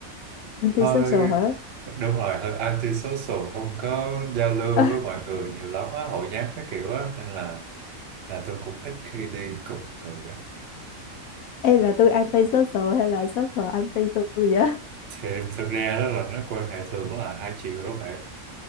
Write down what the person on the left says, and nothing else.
anti
social hả
<laughs>
Ê là tôi anti social hay là social anti tôi vậy